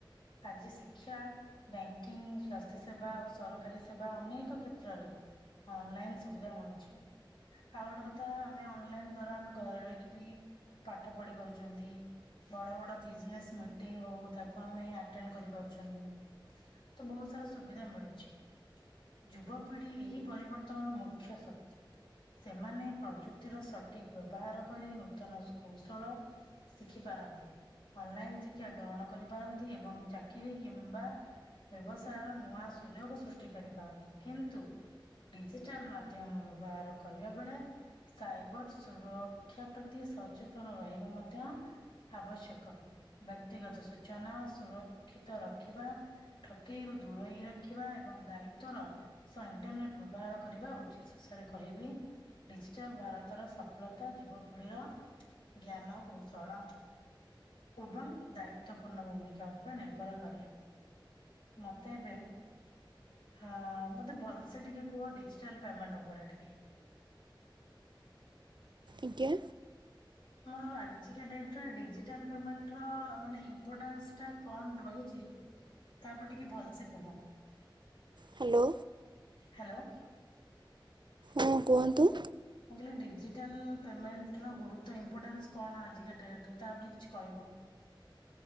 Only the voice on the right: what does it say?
ଆଜ୍ଞା।
ହ୍ୟାଲୋ।
ହଁ କୁହନ୍ତୁ।